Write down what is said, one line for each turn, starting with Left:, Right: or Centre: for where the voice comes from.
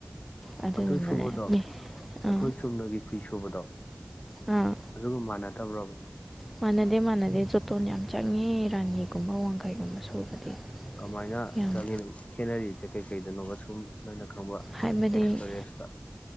Centre: ꯑꯗꯨꯗꯨꯅꯅꯦ
Left: ꯑꯗꯨ ꯁꯨꯕꯗꯣ
Centre: ꯃꯤ ꯑꯥ
Left: ꯑꯩꯈꯣꯏ ꯆꯨꯝꯅꯒꯤ ꯐꯤ ꯁꯨꯕꯗꯣ
Centre: ꯑꯥ
Left: ꯑꯗꯨꯒ ꯃꯥꯟꯅꯗꯥꯕ꯭ꯔꯥꯕ
Centre: ꯃꯥꯟꯅꯗꯦ ꯃꯥꯟꯅꯗꯦ ꯆꯣꯇꯣꯟ ꯌꯥꯝ ꯆꯪꯏ ꯔꯥꯅꯤꯒꯨꯝꯕ ꯋꯥꯡꯈꯩꯒꯨꯝꯕ ꯁꯨꯕꯗꯤ
Left: ꯀꯃꯥꯏꯅ
Centre: ꯌꯥꯝ
Left: ꯆꯪꯒꯦ ꯈꯦꯠꯅꯔꯤꯁꯦ ꯀꯩꯀꯩꯗꯅꯣꯕꯥ ꯁꯨꯝ ꯅꯣꯏꯅ ꯈꯪꯕ
Centre: ꯍꯥꯏꯕꯗꯤ
Left: ꯑꯦꯛꯁꯄꯔꯤꯌꯦꯟꯁꯇ